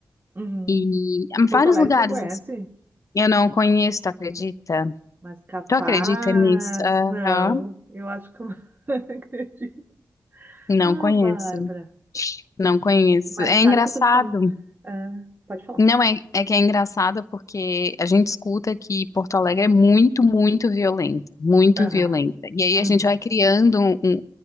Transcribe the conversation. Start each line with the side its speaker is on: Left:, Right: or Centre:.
Right: uhum.
Left: E ah,
Right: Porto
Left: vários
Right: Alegre
Left: lugares
Right: tu não conhece?
Left: assim. Eu não conheço, tu acredita?
Right: Mas capaz,
Left: Tu acredita nisso? Aham.
Right: não. Eu acho que eu não <laughs> acredito.
Left: Não
Right: Ah,
Left: conheço.
Right: Bárbara.
Left: Não conheço.
Right: Mas
Left: É
Right: sabe
Left: engraçado.
Right: que tu fala. Ah, pode falar.
Left: Não é, é que é engraçado porque a gente escuta que Porto Alegre é muito, muito violenta, muito
Right: Aham,
Left: violenta. E aí
Right: uhum.
Left: a gente vai criando um, um,